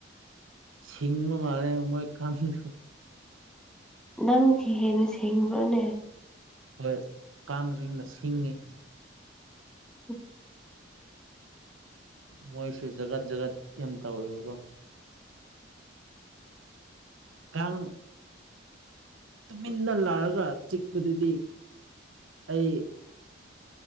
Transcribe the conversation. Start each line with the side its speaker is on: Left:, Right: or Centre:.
Right: ꯁꯤꯁꯤꯡꯃ ꯃꯥꯔꯦ ꯃꯣꯏ ꯀꯥꯟꯗ
Centre: ꯅꯪꯒꯤ ꯍꯦꯟꯅ ꯁꯦꯡꯕ꯭ꯔꯣꯅꯦ
Right: ꯍꯣꯏ ꯀꯥꯡꯁꯤꯅ ꯁꯤꯡꯉꯤ
Centre: ꯎ
Right: ꯃꯣꯏꯁꯨ ꯖꯒꯥꯠ ꯖꯒꯥꯠ ꯌꯝ ꯇꯧꯑꯦꯏꯕꯀꯣ ꯀꯥꯡ ꯇꯨꯃꯤꯟꯅ ꯂꯥꯛꯑꯒ ꯆꯤꯛꯄꯗꯨꯗꯤ ꯑꯩ